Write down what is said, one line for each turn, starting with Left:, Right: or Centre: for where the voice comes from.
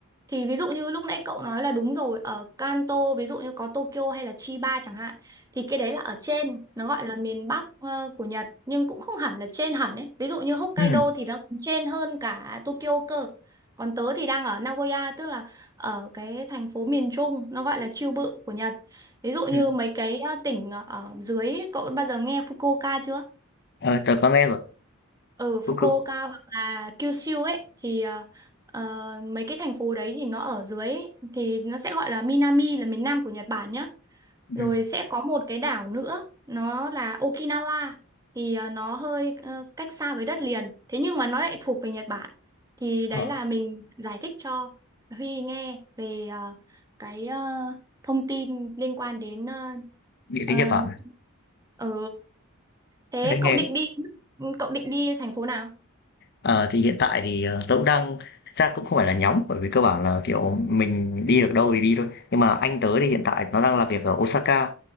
Right: Thì ví dụ như lúc nãy cậu nói là đúng rồi, ở Kanto ví dụ như có Tokyo hay là Chiba chẳng hạn thì cái đấy là ở trên, nó gọi là miền Bắc ờ, của Nhật nhưng cũng không hẳn là trên hẳn ấy. Ví dụ như Hokkaido
Left: ừ.
Right: thì nó còn trên hơn cả Tokyo cơ. Còn tớ thì đang ở Nagoya tức là ở cái thành phố miền Trung, nó gọi là Chiêu Bự của Nhật Ví dụ như
Left: ừ.
Right: mấy cái ờ, tỉnh ờ, ở dưới ấy, cậu bao giờ nghe Fukuoka chưa?
Left: Ờ, tớ có nghe rồi
Right: Ở Fukuoka
Left: Fuku
Right: hoặc là Kyushu ấy thì ờ, ờ, mấy cái thành phố đấy thì nó ở dưới ấy, thì nó sẽ gọi là Minami là miền Nam của Nhật Bản nhá.
Left: ừ.
Right: Rồi sẽ có một cái đảo nữa nó là Okinawa thì ờ, nó hơi ờ, cách xa với đất liền. Thế nhưng mà nó lại thuộc về Nhật Bản. Thì đấy
Left: Ờ,
Right: là mình giải thích cho Huy nghe về ờ, cái ờ, thông tin liên quan đến ờ,
Left: địa
Right: ờ,
Left: lý Nhật Bản
Right: Ờ. Thế
Left: đấy nghe
Right: cậu định đi cậu định đi thành phố nào?
Left: Ờ, thì hiện tại thì, ờ, tớ cũng đang thực ra cũng không phải là nhóm, bởi vì cơ bản là, kiểu, mình đi được đâu thì đi thôi. Nhưng mà anh tớ thì hiện tại nó đang làm việc ở Osaka,